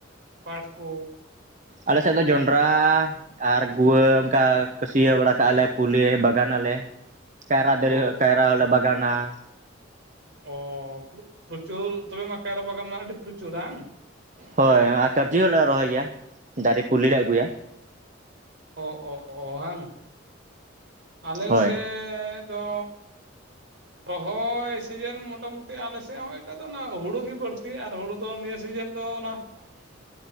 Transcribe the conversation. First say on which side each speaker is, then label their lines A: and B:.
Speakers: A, on the right; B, on the right.
A: ᱯᱟᱴ ᱠᱚ
B: ᱟᱞᱮᱥᱮᱫ ᱫᱚ ᱡᱚᱱᱰᱨᱟᱻ ᱾ ᱟᱨ ᱜᱩᱣᱟᱹ ᱚᱱᱠᱟ ᱠᱟᱹᱥᱭᱟᱹ ᱵᱟᱲᱟ ᱠᱟᱜᱼᱟ ᱞᱮ ᱯᱩᱞᱮ ᱵᱟᱜᱟᱱ ᱟᱞᱮ ᱾ ᱠᱟᱭᱨᱟ ᱫᱟᱨᱮ
A: ᱚ
B: ᱠᱟᱭᱨᱟ ᱦᱚᱞᱮ ᱵᱟᱜᱟᱱᱟ ᱾
A: ᱚ ᱯᱨᱚᱪᱚᱨ ᱛᱚᱵᱮ ᱢᱟ ᱠᱟᱭᱨᱟ ᱵᱟᱜᱟᱱ ᱢᱟ ᱟᱹᱰᱤ ᱯᱚᱪᱩᱨ ᱨᱟᱝ ᱾
B: ᱦᱳᱭ ᱟᱨ ᱠᱟᱵᱽᱡᱤ ᱦᱚᱞᱮ ᱨᱚᱦᱚᱭ ᱜᱮᱭᱟ ᱫᱟᱨᱮ ᱯᱩᱞᱤ ᱞᱮ ᱟᱹᱜᱩᱭᱟ ᱾
A: ᱚᱼᱚ ᱾ <inaudible> ᱟᱞᱮ
B: ᱦᱳᱭ
A: ᱥᱮᱫᱻ ᱫᱚ ᱨᱚᱦᱚᱭ ᱥᱤᱡᱮᱱ ᱢᱚᱴᱟᱢᱩᱴᱤ ᱟᱞᱮ ᱥᱮᱫ ᱦᱚᱸ ᱥᱮ ᱮᱠᱴᱟ ᱫᱚ ᱚᱱᱟ ᱦᱩᱲᱩ ᱜᱮ ᱵᱟᱹᱲᱛᱤ ᱟᱨ ᱦᱩᱲᱩ ᱫᱚ ᱱᱤᱭᱟᱹ ᱥᱤᱡᱤᱱ ᱫᱚ ᱚᱱᱟ
B: <unintelligible>